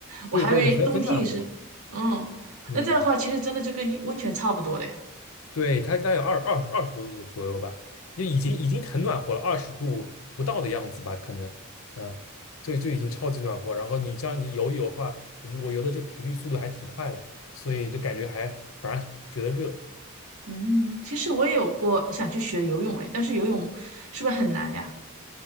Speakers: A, on the right; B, on the left.
A: 我还以为冬天也是。
B: 对对对，很很暖和。
A: 嗯，
B: 嗯。
A: 那这样的话，其实真的就跟温泉差不多了呀。
B: 对，它大概有二二十二十多度左左右吧，就已经已经很暖和了，二十度不到的样子吧，可能，呃，就就已经超级暖和。然后你这样你游一游的话，我们我游的这频率速度还挺快的，所以就感觉还反而觉得热。
A: 嗯，其实我也有过想去学游泳，哎，但是游泳是不是很难呀？